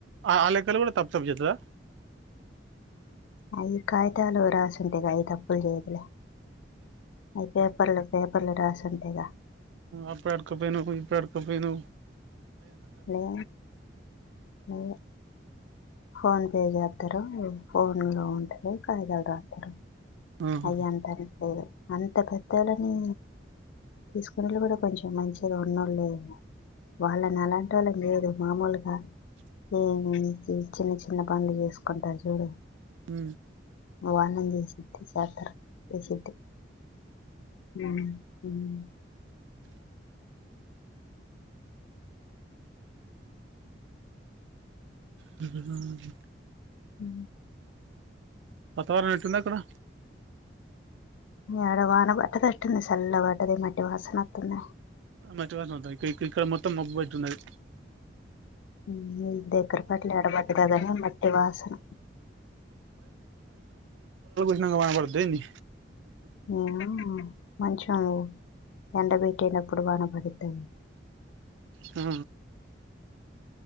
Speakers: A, on the right; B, on the left.
A: ఆ అలెకాలు కూడా తప్పు తప్ జతదా
B: ఆ ఈ కాయతాలు రాస ఉంతగాయి తప్పులు చేదలే అ పేపర్ల పేపర్లు రాస అంతేగా
A: అప్పుడు అడుకపోయిను ఇప్పుడు అడుకపోయిను
B: లే ఓ ఫోన్ పే చేస్తార ఏమో ఫోన్ లో ఉంటే కాయిదాలు రాతారు
A: ఇగ
B: అయ్య అంటారు లేదు అంత పెద్దళ్ళని తీసుకునేట్లు కూడా కొంచెం మంచిగా ఉన్నోళ్ళు వాళ్ళని అలాంటి వాళ్ళని లేదు మామూలుగా ఏమి చిన్న చిన్న పనులు చేసుకుంటారు చూడు
A: హ
B: ఓనందసి జతర అసితే హమ్ హమ్
A: హమ్
B: హ
A: పతవారం ఎట్టుంది ర
B: ఆడ వాన బట్టదట్ంది చల్ వట్టది మట్ే వాసనత్తంద
A: మంచి వాసా ఇక్కడ ఇక్కడ మొత్తం మబ్బు అతున్నది
B: హమ్ ఇ దగ్గర పట్లా ఎడబడ్డదదనే మట్టి వాసన
A: నువు రాకుర్దేమీ
B: ఆ మంచిగా ఉంది ఎండ పెట్టీనప్పుడు వాన పడుద్ది అండి
A: హు